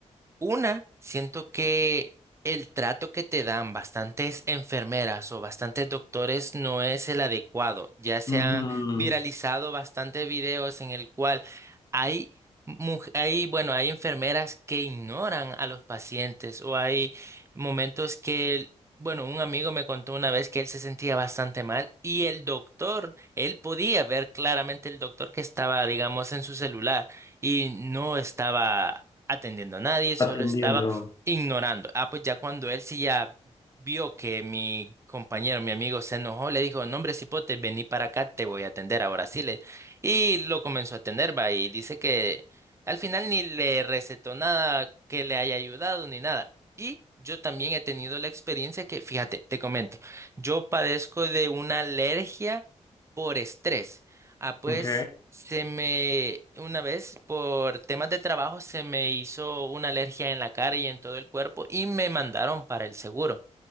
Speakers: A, on the right; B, on the left.
A: una, siento que el trato que te dan bastantes enfermeras o bastantes doctores no es el adecuado. Ya se
B: Ujú.
A: han viralizado bastantes videos en el cual hay, muj- hay, bueno, hay enfermeras que ignoran a los pacientes o hay momentos que, bueno, un amigo me contó una vez que él se sentía bastante mal y el doctor, él podía ver claramente el doctor que estaba, digamos, en su celular y no estaba atendiendo a nadie, solo
B: Atendiendo.
A: estaba ignorando. Ah, pues ya cuando él sí ya vio que mi compañero, mi amigo, se enojó, le dijo, no, hombre, cipote, vení para acá, te voy a atender ahora sí. Le... Y lo comenzó a atender, va, y dice que al final ni le recetó nada que le haya ayudado ni nada. Y yo también he tenido la experiencia que, fíjate, te comento, yo padezco de una alergia por estrés. Ah, pues
B: Ok.
A: se me, una vez por temas de trabajo se me hizo una alergia en la cara y en todo el cuerpo y me mandaron para el seguro.